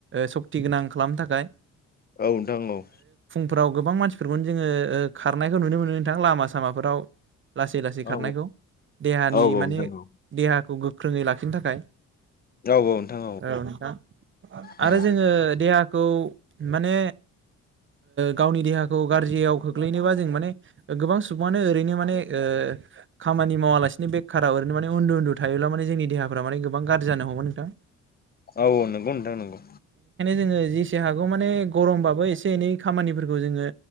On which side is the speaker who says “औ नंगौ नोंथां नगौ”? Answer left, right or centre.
Left